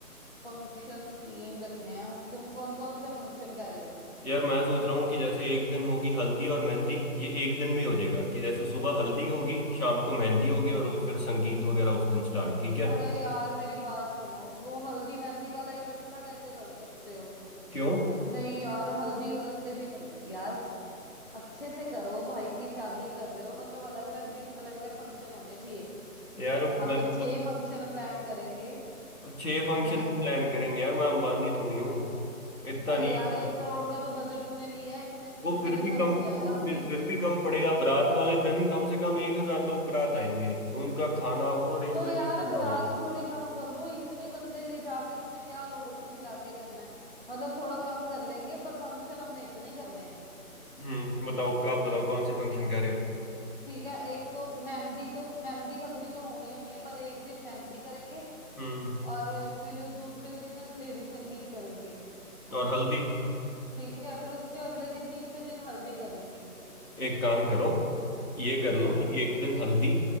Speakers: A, on the left; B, on the left.
A: फंक्शन तीन रखने हैं तुम कौन कौन से फंक्शन कह रहे हो
B: यार मैं सोच रहा हूँ कि जैसे एक दिन होगी हल्दी और मेहंदी ये एक दिन में हो जाएगा कि जैसे सुबह हल्दी होगी शाम को मेहंदी होगी और वो फिर संगीत वगैरह उस दिन स्टार्ट ठीक है
A: अरे यार मेरी बात सुनो वो हल्दी मेहंदी वाला इकट्ठा कैसे कर सकते हो
B: क्यों
A: नहीं यार हल्दी वाले दिन हो- यार अच्छे से करो भाई की शादी कर रहे हो मतलब अलग अलग दिन अलग अलग फंक्शन होने चाहिए
B: यार
A: हम
B: मैं अंब-
A: छह फंक्शन प्लान करेंगे
B: छह फंक्शन
A: मेहंदी
B: भी प्लान करेंगे यार मैं अंबानी थोड़ी हूँ इतना
A: अरे
B: नहीं
A: यार एक करोड़ का तो बजट तुमने लिया है इतने
B: वो
A: इतने
B: फिर
A: में
B: भी
A: सब
B: कम
A: हो जाएगा
B: वो
A: हम
B: फिर
A: देख
B: फिर
A: लेंगे
B: भी कम पड़ेगा बारात वाले दिन कम से कम एक हजार लोग बारात आएंगे तो उनका खाना वो अरेंजमेंट
A: तो यार
B: करना
A: बारात
B: होगा
A: थोड़ी कम कर लो इतनी बंदे ले जाके तुमने क्या लोगों को खिला के करना है मतलब थोड़ा कम कर लेंगे पर फंक्शन हमने इतने ही करने हैं
B: हम्म बताओ आप बताओ कौन से फंक्शन कह रहे हो
A: ठीक है एक तो मेहंदी तो मेहंदी हल्दी तो होनी होनी है पर एक दिन मेहंदी करेंगे
B: हम्म
A: और फिर दूसरे दिन लेडी संगीत करेंगे
B: और हल्दी
A: ठीक है फिर उसके अगले दिन तीसरे दिन हल्दी करेंगे
B: एक काम करो ये कर लो
A: हाँ
B: कि एक दिन हल्दी